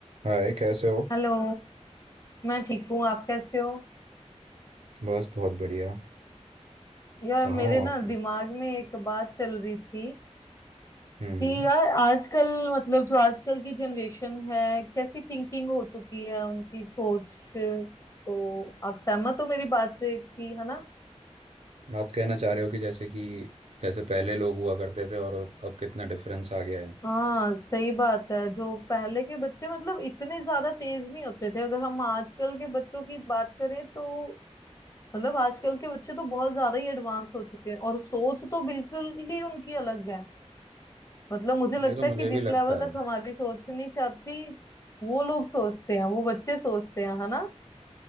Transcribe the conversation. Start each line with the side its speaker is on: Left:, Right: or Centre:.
Right: हाय कैसे हो
Left: Hello मैं ठीक हूँ आप कैसे हो
Right: बस बहुत बढ़िया
Left: यार
Right: कहाँ
Left: मेरे
Right: हो
Left: ना
Right: आप
Left: दिमाग में एक बात चल रही थी
Right: हम्म
Left: कि यार आजकल मतलब जो आजकल की जनरेशन है कैसी थिंकिंग हो चुकी है उनकी सोच तो आप सहमत हो मेरी बात से कि है ना
Right: हम्म। आप कहना चाह रहे हो कि जैसे कि जैसे पहले लोग हुआ करते थे और अब कितना डिफरेंस आ गया है
Left: हाँ सही बात है जो पहले के बच्चे मतलब इतने ज्यादा तेज नहीं होते थे अगर हम आजकल के बच्चों की बात करें तो मतलब आजकल के बच्चे तो बहुत ज्यादा ही एडवांस हो चुके हैं और सोच तो बिल्कुल ही उनकी अलग है मतलब मुझे लगता
Right: ये तो मुझे
Left: है कि जिस
Right: भी लगता
Left: लेवल तक
Right: है
Left: हमारी सोच नहीं चाहती वो लोग सोचते हैं वो बच्चे सोचते हैं है ना